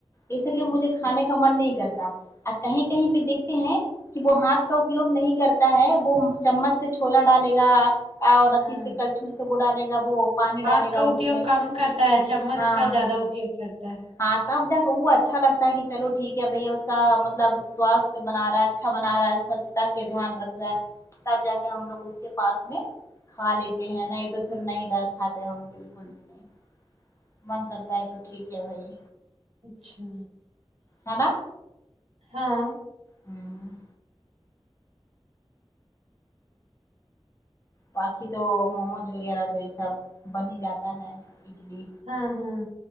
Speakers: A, on the left; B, on the right.
A: اسی لیے
B: اچھا
A: مجھے کھانے کا من نہیں کرتا آ کہیں کہیں پہ دیکھتے ہیں کہ وہ ہاتھ کا اپیوگ نہیں کرتا ہے وہ چمچ سے چھولا ڈالے گا اور
B: ہاں
A: اچھی سے کلچھل سے بلاا دے گا وہ پانی
B: ہاتھ
A: ڈالے گا
B: کا اپیوگ
A: اس میں
B: کم کرتا ہے چمچ
A: ہاں
B: کا زیادہ اپیوگ کرتا ہے
A: ہاں تب جکا وہ اچھا لگتا ہے کہ چلو ٹھیک ہے بھیا اس کا مطلب سوستھ بنا رہا ہے اچھا بنا رہا ہے سوچھتا کے دھیان رکھ رہا ہے تب جا کے ہم لوگ اس کے پاس میں کھالیتے ہیں نہ تو پھر نہیں گھر کھاتے ہم بالکل بھی نہیں من کرتا ہے تو ٹھیک ہے بھائی
B: اچھا
A: ہے نا
B: ہاں
A: ہوں باقی تو موموز وغیرہ تو یہ سب بن ہی جاتا ہے ایزلی
B: ہاں ہاں